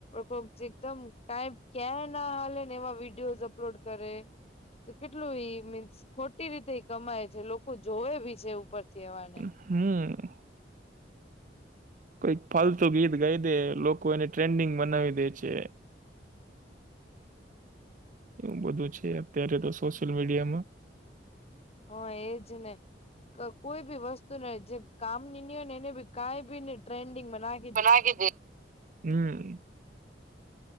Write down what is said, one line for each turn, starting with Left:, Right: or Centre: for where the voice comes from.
Left: ક એકદમ ક ક્યાં ના ને એમાં વિડીયોઝ અપલોડ તો કેટલું મીન્સ ખોટી રીતે કમાય છે. લોકો જોવે બી છે ઉપરથી એવાને
Right: હ. કઈક ફાલતુ ગીત ગાઈ દે લોકો એને ટ્રેન્ડિંગ બનાવી દે છે. એવું બધું છે. અત્યારે તો સોશિયલ મીડિયામાં
Left: હ એજ ને. કોઈ બી વસ્તુ ને જે કામ ની ન હોય ને એને બી કઈ બી ને ટ્રેન્ડિંગમાં નાખ
Right: ચના હમ